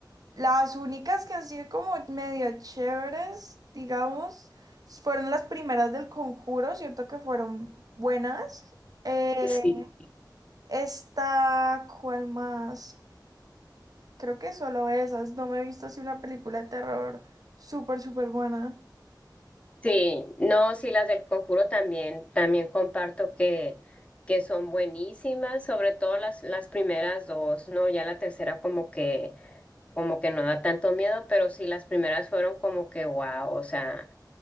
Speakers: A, on the right (about 55°); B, on the left (about 15°).
A: Las únicas que han sido como medio chéveres, digamos, fueron las primeras del Conjuro, siento que fueron buenas. Eh,
B: Sí.
A: esta, ¿cuál más? Creo que solo esas, no me he visto así una película de terror súper, súper buena.
B: Sí, no, sí, las del Conjuro también, también comparto que, que son buenísimas, sobre todo las, las primeras dos, ¿no? Ya la tercera como que como que no da tanto miedo, pero sí las primeras fueron como que wow, o sea,